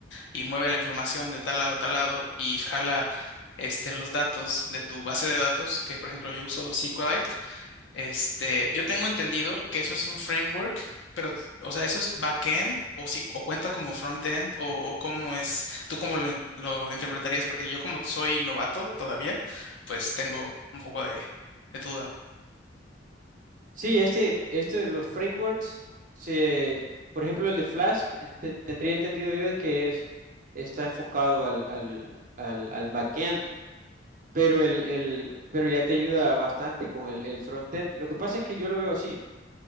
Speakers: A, on the left; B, on the right.
A: y mueve la información de tal lado a tal lado y jala este, los datos de tu base de datos, que por ejemplo yo uso SQLite este, yo tengo entendido que eso es un framework, pero, o sea, eso es backend o si o cuenta como frontend o, o cómo es, tú cómo lo, en- lo interpretarías, porque yo como soy novato todavía, pues tengo un poco de, de duda.
B: Sí, este, este, los frameworks, se, por ejemplo, el de Flask, ente- tendría entendido yo de que es, está enfocado al, al, al, al backend, pero, el, el, pero ya te ayuda bastante con el, el frontend. Lo que pasa es que yo lo veo así.